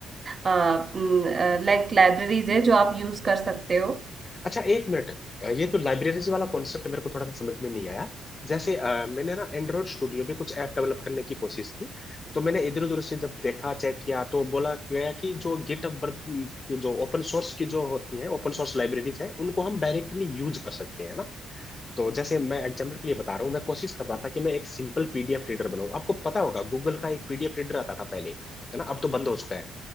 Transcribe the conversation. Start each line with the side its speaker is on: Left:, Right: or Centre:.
Right: लाइक लाइब्रेरीज है जो आप यूज कर सकते हो
Left: अच्छा एक मिनट अ, ये तो लाइब्रेरीज वाला कॉन्सेप्ट मेरे को थोड़ा सा समझ में नहीं आया जैसे अ, मैंने ना एंड्रॉइड स्टूडियो पे कुछ ऐप डेवलप करने की कोशिश की तो मैंने इधर उधर से जब देखा चेक किया तो बोला गया कि जो गिटहब पर जो ओपन सोर्स की जो होती हैं ओपन सोर्स लाइब्रेरीज हैं उनको हम डायरेक्टली यूज कर सकते हैं ना तो जैसे मैं एग्जाम्पल के लिए बता रहा हूँ मैं कोशिश कर रहा था कि मैं एक सिंपल पीडीएफ रीडर बनाऊँ आपको पता होगा गूगल का एक पीडीएफ रीडर आता था पहले है ना अब तो बंद हो चुका है